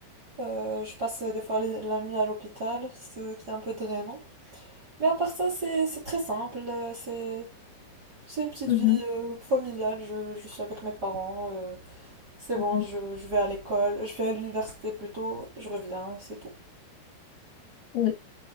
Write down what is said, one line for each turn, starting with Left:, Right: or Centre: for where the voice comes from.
Right: Euh, je passe des fois les- la nuit à l'hôpital, ce qui est un peu drainant. Mais à part ça, c'est c'est très simple. Euh, C'est c'est une petite
Left: Mhm,
Right: vie euh, familiale. Je, je suis avec mes parents. euh, C'est bon,
Left: mhm.
Right: je, je vais à l'école, je vais à l'université plutôt, je reviens, c'est tout.
Left: Oui,